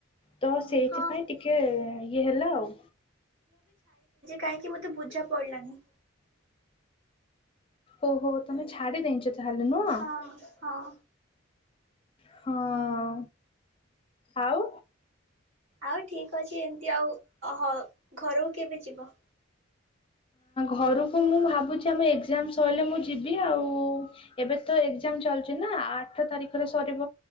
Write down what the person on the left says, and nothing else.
ତ ସେଇଥିପାଇଁ
ଟିକେ ଇଏ ହେଲା ଆଉ।
ଓହୋ ତମେ ଛାଡି ଦେଇଛ ତାହେଲେ ନୁହଁ?
ହଁ ଆଉ।
ଘରକୁ ମୁଁ ଭାବୁଛି ଆମ ଏକ୍ଜାମ୍ ସରିଲେ ମୁଁ ଯିବି ଆଉ ଏବେ ତ ଏକ୍ ଏକ୍ଜାମ୍ ଚାଲଚ଼ି ନା ଆ ଆଠ ତାରିଖ ରେ ସରିବ